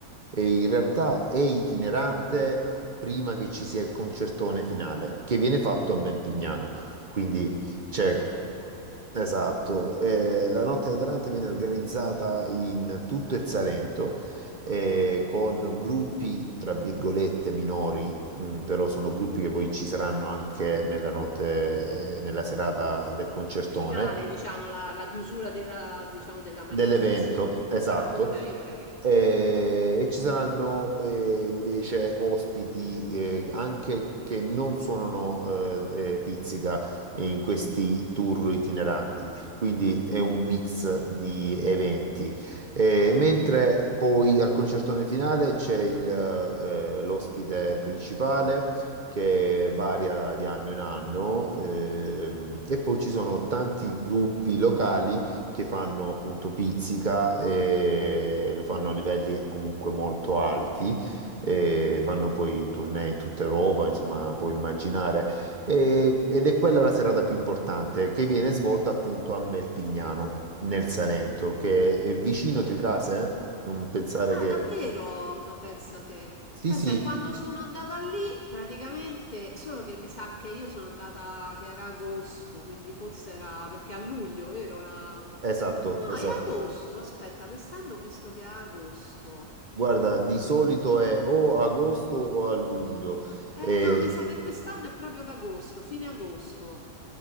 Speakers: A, on the right (about 45°); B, on the left (about 50°).
A: E in realtà è itinerante prima che ci sia il concertone finale, che viene fatto a Melpignano. Quindi c'è,
B: Ah, ecco.
A: esatto, eh, la notte da Taranta viene organizzata in tutto il Salento, eh, con gruppi, tra virgolette, minori, mh, però sono gruppi che poi ci saranno anche nella notte, eh, nella serata del concertone.
B: Finale, diciamo, la la chiusura della diciamo, della manifestazione.
A: Dell'evento, esatto.
B: Ah, okay, okay.
A: Eh, E, ci saranno eh, invece ospiti eh, anche che non suonano eh, eh, pizzica in questi tour itineranti, quindi è un mix di eventi. Eh, mentre poi al concertone finale c'è il, eh, l'ospite principale che varia di anno in anno ehm, e poi ci sono tanti gruppi locali che fanno appunto pizzica e lo fanno a livelli comunque molto alti e fanno poi tournée in tutta Europa, insomma, puoi immaginare. E- ed è quella la serata più importante che viene svolta appunto a Melpignano, nel Salento, che è vicino Tricase, eh? Non pensare
B: Ah,
A: che...
B: davvero? Ma pensa te.
A: Sì,
B: Pensa,
A: sì,
B: che quando sono andata lì, praticamente, solo che mi sa che io sono andata che era agosto, quindi forse era perché a luglio, vero? La... No,
A: esatto, esatto.
B: è agosto, aspetta, quest'anno ho visto che è agosto.
A: Guarda, di solito è o a agosto o a luglio e
B: Eh no, mi sa che quest'anno è proprio ad agosto, fine agosto.